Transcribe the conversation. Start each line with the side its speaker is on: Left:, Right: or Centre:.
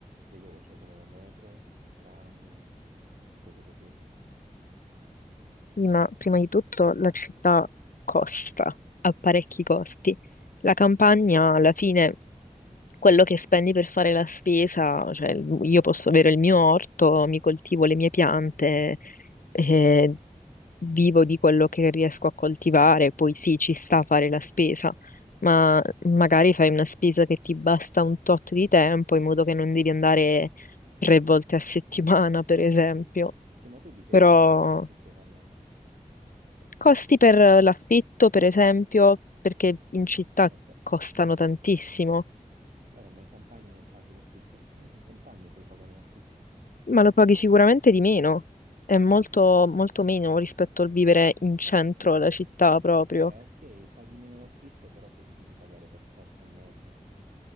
Right: veloce come la metro, il tram, cose così.
Left: Sì, ma prima di tutto la città costa, ha parecchi costi. La campagna, alla fine, quello che spendi per fare la spesa, cioè io posso avere il mio orto, mi coltivo le mie piante eh, vivo di quello che riesco a coltivare, poi sì, ci sta a fare la spesa, ma magari fai una spesa che ti basta un tot di tempo in modo che non devi andare tre volte a settimana, per esempio.
Right: Sì, ma tu di che,
Left: Però
Right: di che costi stai parlando?
Left: costi per l'affitto, per esempio, perché in città
Right: E poi-
Left: costano tantissimo,
Right: vabbè, ma in campagna non paghi l'affitto? Anche in campagna puoi pagare l'affitto.
Left: ma lo paghi sicuramente di meno. È molto, molto meno rispetto al vivere in centro alla città proprio.
Right: Eh, ok, paghi meno d'affitto, però poi ti devi pagare per forza un mezzo